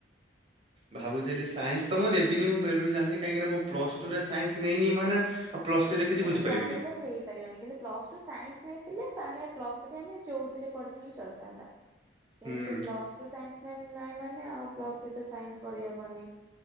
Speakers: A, on the right; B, on the right.
A: ଭାବୁଥିଲି ସାଇନ୍ସ ତ ମୁଁ ଦେବିନି, ମୁଁ ବେଳୁରୁ ଜାଣିଛି କାହିଁକିନା ମୁଁ ପ୍ଲସ ଟୁ ରେ ସାଇନ୍ସ ନେଇନି ମାନେ ପ୍ଲସ ଥ୍ରୀରେ କିଛି
B: ପ୍ଲସ
A: ବୁଝିପାରିବିନି
B: ଥ୍ରୀ ରେ ତ ହେଇପାରିବନି କିନ୍ତୁ ପ୍ଲସ ଟୁ ସାଇନ୍ସ ନେଇଥିଲେ ମାନେ ପ୍ଲସଟୁ ରେ ଆମେ ଯଉଥିରେ ପଢିଥିଲି ଚଲିଥାନ୍ତା। କିନ୍ତୁ
A: ହୁଁ
B: ପ୍ଲସଟୁ ରୁ ସାଇନ୍ସ ନାଇଁ ମାନେ ଆଉ ପ୍ଲସଥ୍ରୀ ରେ ତ ସାଇନ୍ସ ପଢିହବନି।